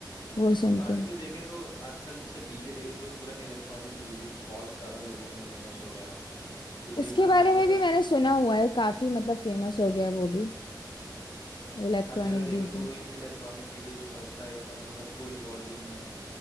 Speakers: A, on the left; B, on the left.
A: वो सुन
B: और अभी
A: के
B: तो देखे तो आजकल जैसे डीजे देखे तो पूरा इलेक्ट्रॉनिक म्यूजिक बहुत ज्यादा लोगों में फेमस हो गया है तो देखना
A: उसके बारे
B: हर
A: में
B: जगह
A: भी मैंने सुना हुआ है काफी मतलब फेमस हो गया है वो भी इलेक्ट्रॉनिक
B: हर जगह देखे
A: डीजे
B: तो वही इलेक्ट्रॉनिक डीजे जो बजता है एकदम मतलब फुल वॉल्यूम में